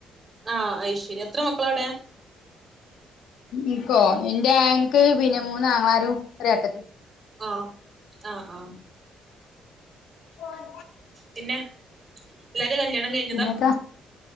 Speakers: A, on the right (about 35°); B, on the left (about 75°).
A: ആഹ് അയ്ശരി എത്ര മക്കള വിടെ?
B: എൻക്കോ ഇൻ്റെ ഇന്ക്ക് പിന്നെ മൂന്ന് ആങ്ങളാരും ഒരേട്ടത്തി
A: ആഹ് ആഹ് ആഹ്
B: <unintelligible>
A: പിന്നെ എല്ലാരും കല്യാണം കഴി
B: കുഞ്ഞാക്ക